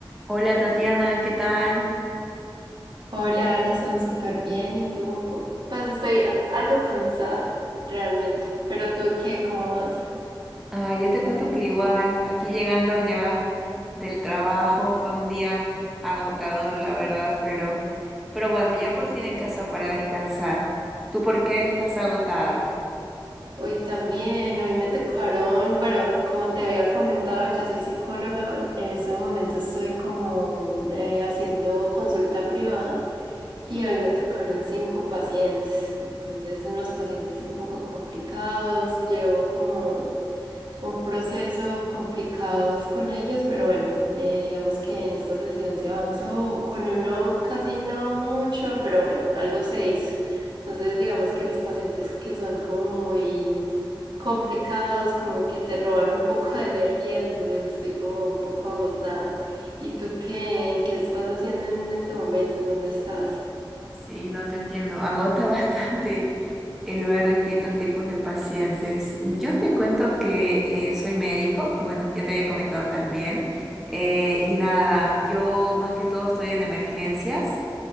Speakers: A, in the centre; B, on the right.
A: Hola Tatiana, ¿qué tal?
B: Hola, Alison, súper bien. ¿Y tú? un po- Pues estoy a- algo cansada, realmente. Pero tú, ¿qué? ¿Cómo vas?
A: Ah, yo te cuento que igual, aquí llegando ya del trabajo, fue un día agotador, la verdad, pero, pero bueno, ya por fin en casa para descansar. ¿Tú por qué estás agotada?
B: Hoy también, hoy me tocaron, bueno, como te había comentado, yo soy psicóloga. En estos momentos estoy como eh, haciendo consulta privada y hoy me tocaron cinco pacientes. Entonces, unos pacientes un poco complicados. Llevo como un proceso complicados con ellos, pero bueno, eh, digamos que en esta sesión se avanzó con uno casi no mucho, pero bueno, algo se hizo. Entonces, digamos que los pacientes que son como muy complicados, como que te roban un poco de energía, entonces estoy como un poco agotada. ¿Y tú qué? ¿Qué estás haciendo en este momento? ¿En dónde estás?
A: Sí, no te entiendo, agota <laughs> bastante el ver distintos tipos de pacientes. Yo te cuento que eh, soy médico, bueno, ya te había comentado también, eh, y nada, yo más que todo estoy en emergencias.